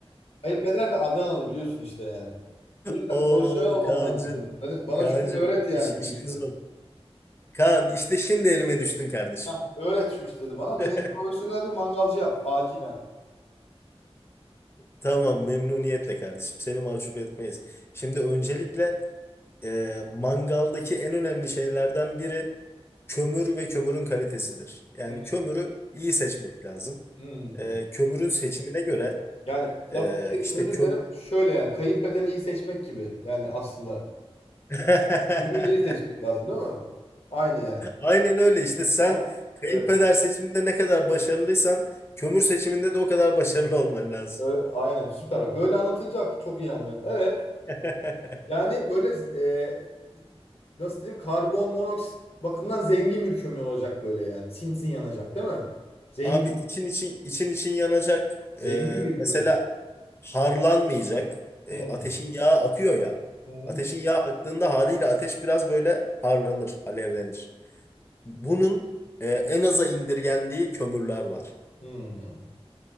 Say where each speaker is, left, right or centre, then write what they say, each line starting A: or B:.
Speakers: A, on the left (about 70°); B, on the left (about 25°).
A: Kayınpeder de Adanalı biliyorsun işte yani. O yüzden
B: Oo
A: profesyonel olmam
B: Kaan'cığım,
A: lazım benim. Bana, bana
B: Kaan'cığım
A: şunu öğret yani
B: iş, işin
A: şu işleri.
B: zor. Kaan işte şimdi elime düştün kardeşim.
A: Hah, öğret şu işleri bana. Beni
B: <laughs>
A: profesyonel bir mangalcı yap. Acilen.
B: Tamam memnuniyetle kardeşim. Seni mahcup etmeyiz. Şimdi öncelikle e, mangaldaki en önemli şeylerden biri kömür ve kömürün kalitesidir. Yani
A: Hmm,
B: kömürü iyi seçmek lazım.
A: hmm.
B: E, kömürün seçimine göre
A: Yani
B: e,
A: lafını kestim
B: işte
A: özür
B: kömür...
A: dilerim. Şöyle yani kayınpederi iyi seçmek gibi. Yani aslında.
B: <laughs>
A: Ömürü de iyi seçmek lazım değil mi? Aynı yani.
B: Aynen öyle işte sen
A: Tamam.
B: kayınpeder
A: Evet.
B: seçiminde ne kadar başarılıysan kömür seçiminde de o kadar başarılı olman lazım.
A: Ö- aynen süper. Bak böyle anlatınca çok iyi anlıyorum. Evet.
B: <laughs>
A: Yani böyle e, nasıl diyeyim karbon monoksit bakımından zengin bir kömür olacak böyle yani. Sinsin yanacak değil mi? Zengin,
B: Abi için için için için yanacak.
A: zengin
B: Ee,
A: bir
B: mesela
A: kömür.
B: harlanmayacak. Ee,
A: Hmm.
B: ateşin yağı akıyor ya.
A: Hı
B: Ateşin yağı aktığında haliyle ateş biraz böyle harlanır, alevlenir. Bunun e, en aza indirgendiği kömürler var.
A: Hmm.